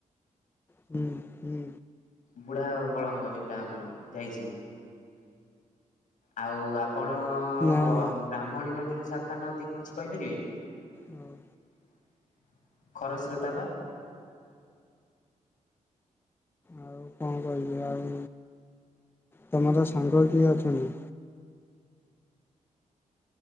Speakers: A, on the left; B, on the left.
A: ହୁଁ ହୁଁ
B: ବୁଢ ବଳଙ୍ଗ ଯୋଉଟା ଆମର ଯାଇଛି। ଆଉ ଆପଣ
A: ନା
B: ବ
A: ନା
B: ବ୍ରାହ୍ମଣୀ ନଦୀରୁ ଶାଖା ନଦୀ କିଛି କହିପାରିବେ?
A: ହଉ
B: <inaudible> ଖରସ୍ରୋତା ପା।
A: ଆଉ କଣ କହିବି ଆଉ ତମର ସାଙ୍ଗ କିଏ ଅଛନ୍ତି?